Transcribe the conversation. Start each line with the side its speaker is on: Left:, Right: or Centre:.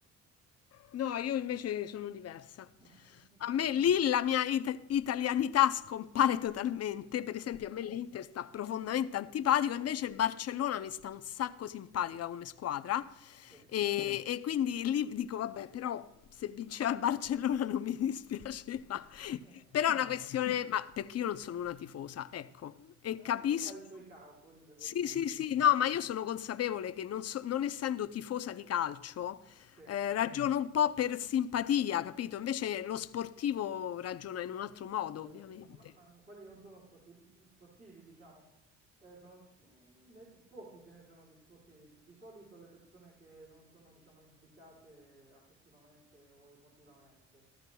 Left: No, io invece sono diversa.
Right: <laughs>
Left: A me lì la mia it- italianità scompare totalmente. Per esempio, a me l'Inter sta profondamente antipatico, invece il Barcellona mi sta un sacco simpatica come squadra.
Right: Sì.
Left: E, e quindi lì dico, vabbè, però se vinceva il Barcellona non mi <laughs> dispiaceva.
Right: <laughs> E vabbè.
Left: Però è una questione, ma perché io non sono una tifosa, ecco, e
Right: Ognuno
Left: capisco.
Right: fa i suoi calcoli, se vogliamo,
Left: Sì, sì,
Right: vedi?
Left: sì, no, ma io sono consapevole che non, so- non essendo tifosa di calcio,
Right: Sì.
Left: eh, ragiono un po' per simpatia, capito? Invece lo sportivo ragiona in un altro modo,
Right: Vabbè,
Left: ovviamente.
Right: lo s- ma, ma quelli non sono sporti- sportivi, diciamo, Eh, sono, mm, ne- pochi ce ne sono di sportivi. Di solito le persone che non sono, diciamo, implicate affettivamente o emotivamente.